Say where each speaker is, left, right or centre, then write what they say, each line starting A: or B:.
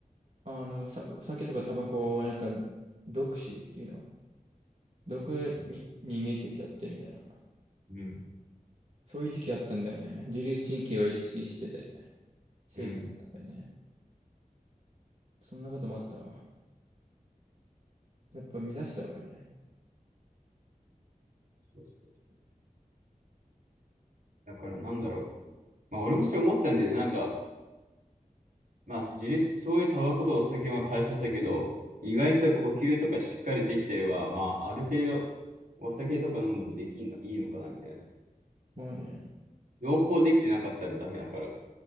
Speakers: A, on the right; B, on the right.
A: あの、さ、お酒とかタバコをなんか、毒死っていうの毒に、
B: うん。
A: に見えてきちゃってみたいな。
B: うん。
A: そういう時期あったんだよね。自律神経を意識してて、生活の中でね。
B: うん
A: そんなこともあったわ。やっぱ乱しちゃうからね。
B: そうそうだからなんだろう。まあ俺もそれ思ったんだよね。なんか、まあ、自立、そういうタバコとお酒も大切だけど、意外にそういう呼吸とかしっかりできてれば、まあ、ある程度、お酒とか飲んでもできんの、いいのかな、みたいな。
A: もうね。
B: 両方できてなかったらダメだから、